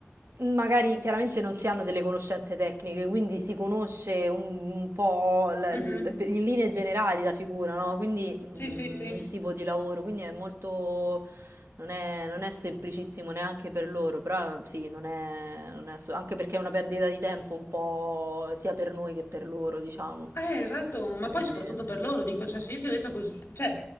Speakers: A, on the right; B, on the left.
A: mm, magari chiaramente non si hanno delle conoscenze tecniche, quindi si conosce un, un po' la-
B: Mhm.
A: l- per- in linee generali la figura, no? Quindi mm,
B: Sì, sì, sì.
A: il tipo di lavoro, quindi è molto non è, non è semplicissimo neanche per loro, però sì, non è, non è ass- anche perché è una perdita di tempo un po' sia per noi che per loro, diciamo.
B: Eh, esatto, ma
A: Quindi
B: poi soprattutto per loro, dico, cioè, se io ti ho detto così, cioè,